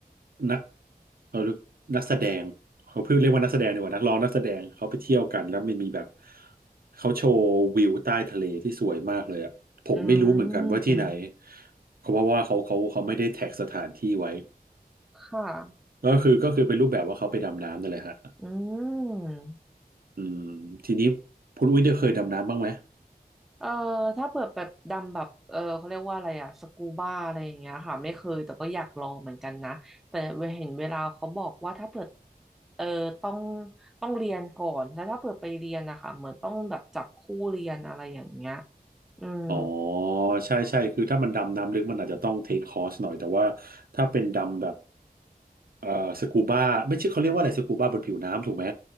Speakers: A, on the right (about 70°); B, in the centre.
A: นักเขาเรียกนักแสดงเขาเพิ่งเรียกว่านักแสดงดีกว่านักร้องนักแสดงเขาไปเที่ยวกันแล้วมันมีแบบเขาโชว์วิวใต้ทะเลที่สวยมากเลยอ่ะผมไม่รู้เหมือนกันว่าที่ไหน
B: อืม
A: เพราะว่าเขาเขาเขาไม่ได้แท็กสถานที่ไว้
B: ค่ะ
A: ก็คือก็คือเป็นรูปแบบว่าเขาไปดำน้ำนั่นแหละฮะ
B: อืม
A: อืมทีนี้คุณอุ้ยได้เคยดำน้ำบ้างไหม
B: เอ่อถ้าเปิดแบบดำแบบเออเขาเรียกว่าอะไรอะสกูบ้าอะไรอย่างเงี้ยค่ะไม่เคยแต่ก็อยากลองเหมือนกันนะแต่เห็นเวลาเขาบอกว่าถ้าเปิดเออต้องต้องเรียนก่อนแล้วถ้าเปิดไปเรียนนะคะเหมือนต้องแบบจับคู่เรียนอะไรอย่างเงี้ยอืม
A: อ๋อใช่ใช่คือถ้ามันดำน้ำลึกมันอาจจะต้องเทคคอร์สหน่อยแต่ว่าถ้าเป็นดำแบบเอ่อสกูบ้าไม่ใช่เขาเรียกว่าอะไรสกูบ้าบนผิวน้ำถูกไหม